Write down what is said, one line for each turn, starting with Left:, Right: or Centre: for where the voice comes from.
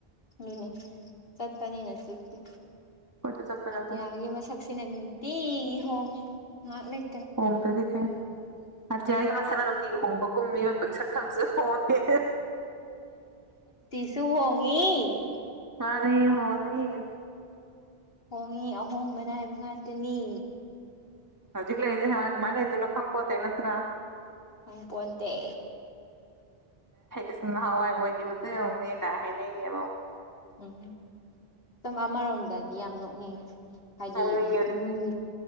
Left: ꯑꯗꯨꯅꯦ ꯆꯠꯄꯅꯤꯅ ꯆꯤꯛꯇꯤ
Right: ꯀꯣꯏꯆꯠ ꯆꯠꯄꯅ
Left: ꯑꯠꯇꯤꯌꯥꯒꯤ
Right: ꯐꯩ
Left: ꯃꯁꯛꯁꯤꯅ ꯅꯨꯡꯇꯤꯒꯤ ꯍꯣꯡꯉꯦ ꯉꯥꯏꯍꯥꯛ ꯂꯩ
Right: ꯍꯣꯡꯝꯗ ꯆꯈꯦ ꯑꯇꯤꯌꯥꯒꯤ ꯃꯁꯅ ꯅꯨꯡꯇ ꯍꯣꯡꯕꯒꯨꯝ ꯃꯤꯑꯣꯏꯕꯒꯤ ꯁꯛꯛꯇꯝꯁꯨ ꯍꯣꯡꯉꯦ
Left: ꯁꯨꯍꯉꯤ
Right: ꯑꯅꯤ ꯍꯅꯦ
Left: ꯍꯣꯡꯉꯤ ꯑꯍꯣꯡꯕꯅꯥꯏꯕ ꯉꯥꯛꯇꯅꯤ
Right: ꯍꯧꯖꯤꯛꯂꯖ ꯍ ꯃꯥꯥꯏ ꯑꯗꯨꯅ ꯈꯪꯄꯣꯠꯇꯦ ꯅꯠꯇꯥ
Left: ꯍꯪ ꯄꯣꯟꯣꯟꯗ
Right: ꯑꯁꯨꯝ ꯅꯍꯥꯟꯋꯥꯏ ꯑꯣꯏꯈꯤꯕꯗꯨ ꯌꯦꯡꯧꯅꯦꯒꯥꯏ ꯍꯥꯏꯅꯩꯅꯦꯕ
Left: ꯎꯝꯝ ꯁꯨꯝ ꯑꯃꯔꯣꯝꯗꯗꯤ ꯌꯥꯝ ꯅꯣꯛꯅꯤꯡꯉꯤ ꯍꯥꯏꯗꯤ
Right: ꯅꯣꯛꯅꯤꯡꯉꯦ ꯑꯗꯨ
Left: ꯎꯝ